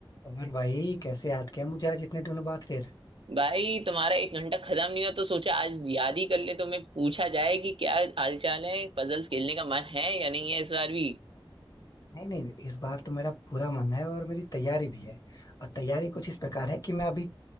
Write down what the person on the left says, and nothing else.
और भाई कैसे याद किया मुझे आज इतने दिनों बाद फिर
नहीं नहीं इस बार तो मेरा पूरा मन है और मेरी तैयारी भी है और तैयारी कुछ इस प्रकार है कि मैं अभी